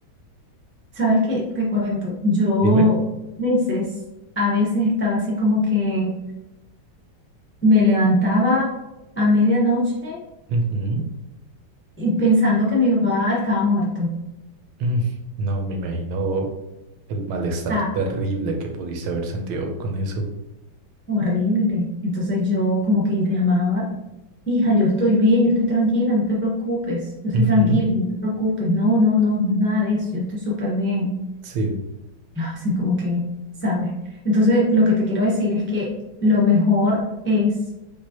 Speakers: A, on the left; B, on the right.
A: ¿sabes qué? Te cuento. Yo
B: Dime.
A: a veces, a veces estaba así como que me levantaba a medianoche
B: Ujú.
A: y pensando que mi papá estaba muerto.
B: Mm, No, me imagino el malestar
A: Ah,
B: terrible que pudiste haber sentido con eso.
A: horrible. Entonces yo como que llamaba, hija, yo estoy bien, yo estoy tranquila, no te preocupes, yo estoy
B: Ujú,
A: tranquila, no te preocupes. No, no, no, no es nada de eso, yo estoy súper bien.
B: Sí,
A: Así como que, ¿sabes? Entonces, lo que te quiero decir es que lo mejor es